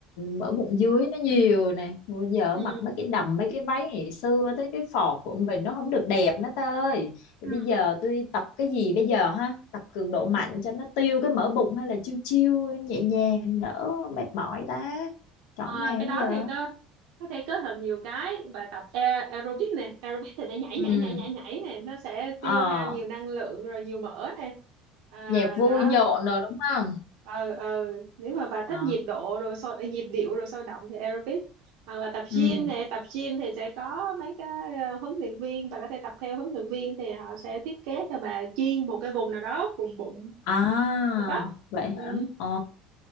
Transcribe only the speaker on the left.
mỡ bụng dưới nó nhiều nè bây giờ
mặc mấy cái đầm mấy cái váy ngày xưa tới cái phọt của mình nó không được đẹp nữa tơi ơi Rồi
bây giờ tôi tập cái gì bây giờ ha tập cường độ mạnh
cho nó tiêu cái mỡ bụng hay là chiêu chiêu nhẹ nhàng đỡ mệt mỏi ta chọn
nào
giờ
ừ
ờ
nhạc vui
nhộn rồi đúng không
Ờ.
ừ
à
vậy
hả ờ